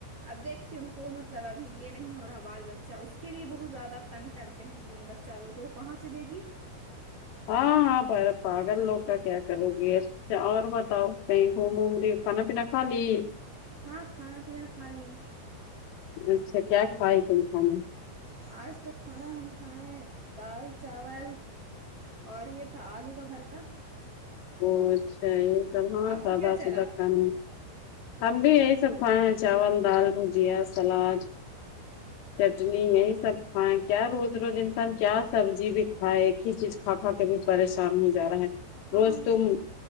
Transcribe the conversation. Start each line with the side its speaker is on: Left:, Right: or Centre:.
Right: اب دیکھیے ان کو مطلب ابھی یہ نہیں ہو رہا بال بچہ اس کے لیے بہت زیادہ تنگ کرتے ہیں کہ بچہ دو تو وہ کہاں سے دے گی
Left: ہاں ہاں بہت پاگل لوگ کا کیا کرو گی اچھا اور بتاؤ کہیں گوم ووم لی کھانا پینا کھا لی
Right: ہاں کھانا پینا کھا لیے
Left: اچھا کیا کھائی تم کھانا
Right: آج تو کھانا ہم کھایں دال چاول اور یہ تھا آلو کا بھرتا
Left: امم اچھا یہ سب ہاں
Right: آپ
Left: سادہ
Right: کا کیا چلا
Left: سودہ ہاں ہم بھی یہی سب کھائے ہیں چاول دال بھجیا سلاد چٹنی یہی سب کھائے کیا روز روز انسان کیا سبزی بھی کھائے ایک ہی چیز کھا کھا کے بھی پریشان ہو جا رہے ہے
Right: ہاں
Left: روز تم